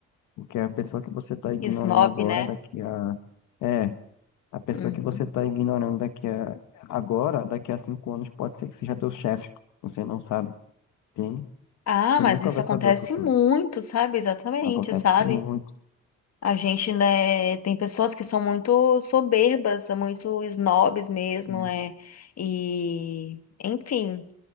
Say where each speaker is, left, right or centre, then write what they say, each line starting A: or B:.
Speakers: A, on the left; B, on the left.
A: Porque a pessoa que você está ignorando
B: Snob,
A: agora,
B: né?
A: daqui a. É, a pessoa
B: Uhum.
A: que você está ignorando daqui a. Agora, daqui a cinco anos, pode ser que seja teu chefe. Você não sabe, entende?
B: Ah,
A: Você
B: mas
A: nunca
B: isso
A: vai
B: acontece
A: saber o futuro.
B: muito, sabe? Exatamente,
A: Acontece
B: sabe?
A: muito.
B: A gente, né, tem pessoas que são muito soberbas, são muito snobs mesmo,
A: Sim.
B: né? E, enfim.